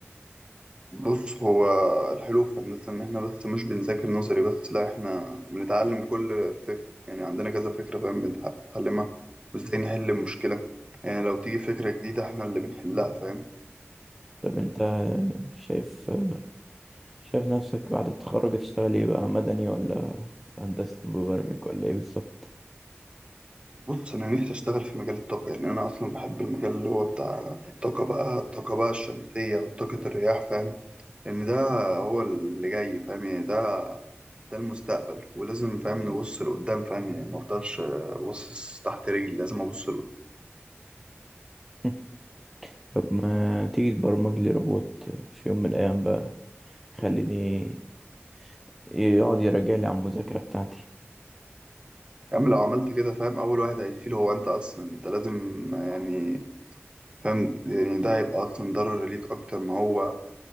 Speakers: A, on the right (about 25°); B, in the centre.
A: بص هو الحلو في هندسة إن إحنا بس مش بنذاكر نظري بس لأ إحنا بنتعلم كل فكرة يعني عندنا كذا فكرة فاهم بنتع- بنتعلمها وإزاي نحل المشكلة يعني لو تيجي فكرة جديدة إحنا اللي بنحلها فاهم
B: طب انت شايف شايف نفسك بعد التخرج تشتغل ايه بقى مدني ولا في هندسة مبرمج ولا ايه بالظبط
A: بص أنا نفسي أشتغل في مجال الطاقة يعني أنا أصلا بحب المجال اللي هو بتاع الطاقة بقى الطاقة بقى الشمسية وطاقة الرياح فاهم لأن ده هو اللي جاي فاهم يعني ده ده المستقبل ولازم فاهم نبص لقدام فاهم يعني مفضلش باصص تحت رجلي لازم أبص
B: <laughs> طب ما تيجي تبرمج لي روبوت في يوم من الايام بقى يخليني
A: لقدام
B: يقعد يراجع لي على المذاكرة بتاعتي
A: يا عم لو عملت كده فاهم أول واحد هيشيل هو أنت أصلا أنت لازم يعني فاهم يعني ده هيبقى أصلا ضرر ليك أكتر ما هو